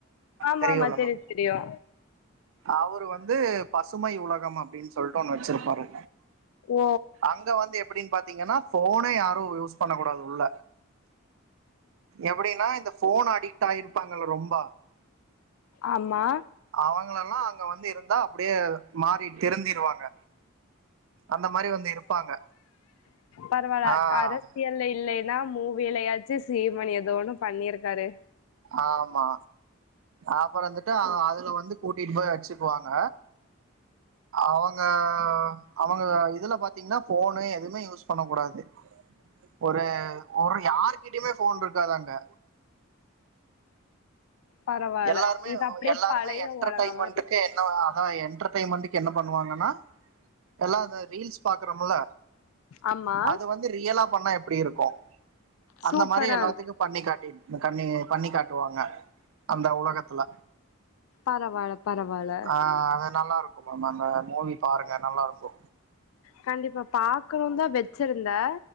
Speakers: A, on the left; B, on the right.
A: ஆமா
B: தெரியுல்லுங்கோ
A: ஆமா தெரியு தெரியு
B: அவுரு வந்து பசுமை உலகம் அப்டின்னு சொல்ட்டு ஒண்ணு வெச்சிருப்பாரு
A: ஓ
B: இங்க வந்து எப்டின்னு பாத்தீங்கனா ஃபோனே யாரு யூஸ் பண்ண கூடாது உள்ள எப்டினா இந்த ஃபோன் அடிக்ட் ஆயிருப்பாங்கல்ல ரொம்பா
A: ஆமா
B: அவங்களெல்லா அங்க வந்து இருந்தா அப்டியே மாறி திருந்திருவாங்க அந்த மாரி வந்து இருப்பாங்க
A: பரவால
B: ஆஹ்
A: அ அரெஸ் சியல்ல இல்லைனா மூவிலயாச்சு சீமான் ஏதோ ஒன்னு பண்ணியிருக்காரு
B: ஆமா அப்பரோ வந்துட்டு அதுல வந்து கூட்டிட்டு போய் வெச்சுக்குவாங்க அவங்க அவங்க இதுல பாத்தீங்கன்னா ஃபோனு எதுமே யூஸ் பண்ண கூடாது ஒரு ஒரு யாருகிட்டயுமே ஃபோன் இருக்காது அங்க
A: பரவால்ல
B: எல்லாருமே
A: இது அப்டியே
B: எல்லாருமே
A: பழைய
B: என்டர்டைமென்ட்க்கு
A: உலக மாரி
B: என்ன அதா என்டர்டைமென்ட்க்கு என்ன பண்ணுவாங்கன்னா எல்லா அந்த ரீல்ஸ் பாக்குறோமுல்ல
A: ஆமா
B: அது வந்து வந்து ரியலா பண்ணா எப்டி இருக்கு
A: சூப்பரா
B: அந்த மாரி எல்லாத்துக்கு
A: இருக்கு
B: பண்ணி காட்டிட் கண்ணி பண்ணி காட்டுவாங்க அந்த உலகத்துல
A: பரவால்ல பரவால்ல
B: ஆ அது நல்லாருக்கு ஆமா மேம் அந்த மூவி பாருங்க நல்லாருக்கு
A: கண்டிப்பா பாக்குணுன்தா வெச்சிருந்தே